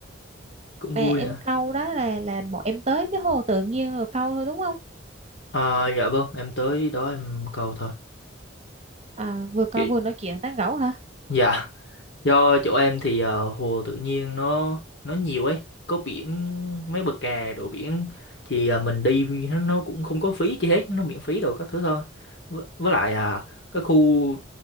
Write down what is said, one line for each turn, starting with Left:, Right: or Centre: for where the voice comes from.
Left: cũng
Right: mà
Left: vui
Right: em
Left: nữa
Right: câu đó là là bọn em tới cái hồ tự nhiên rồi câu thôi đúng không
Left: à, dạ vâng em tới đó em cầu thôi
Right: à vừa câu
Left: chị
Right: vừa nói chuyện tán gẫu hả
Left: dạ Do chỗ em thì ờ, hồ tự nhiên nó nó nhiều ấy, có biển mấy bờ kè đồ biển thì ờ, mình đi vì nó nó cũng không có phí chi hết, nó miễn phí đồ các thứ thôi. Với, với lại à cái khu